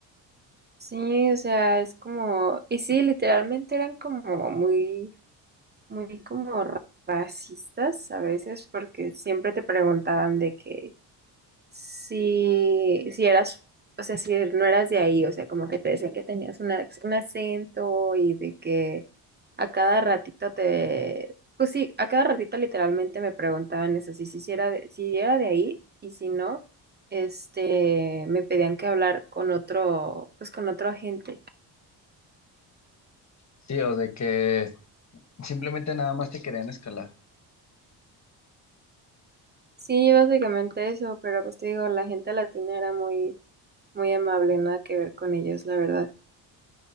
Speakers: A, on the right; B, on the left.
A: Sí, o sea, es como, y sí, literalmente eran como muy, muy como ra- racistas a veces, porque siempre te preguntaban de que si, si eras, o sea, si er, no eras de ahí, o sea, como que te decían que tenías un, ac- un acento y de que a cada ratito te, pues sí, a cada ratito literalmente me preguntaban eso, si, si, si era de, si era de ahí y si no, este, me pedían que hablar con otro, pues con otro agente.
B: Sí, o de que simplemente nada más te querían escalar.
A: Sí, básicamente eso, pero pues te digo, la gente latina era muy, muy amable, nada que ver con ellos, la verdad.